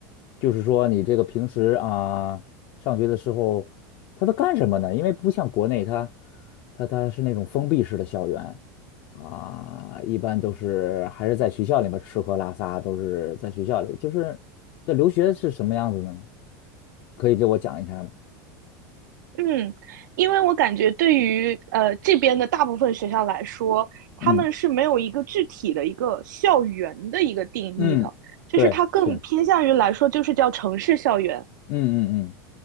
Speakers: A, on the left; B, on the right.
A: 就是说你这个平时啊，上学的时候，他都干什么呢？因为不像国内他，他他是那种封闭式的校园啊，一般都是还是在学校里面吃喝拉撒，都是在学校里。就是这留学是什么样子的呢？可以给我讲一下吗？
B: 嗯，因为我感觉对于呃这边的大部分学校来说，他们是没有一个具体的一个校园的一个定义的，
A: 嗯嗯，
B: 就是它更偏向于来说就是叫城市校园。
A: 对，是，嗯嗯嗯，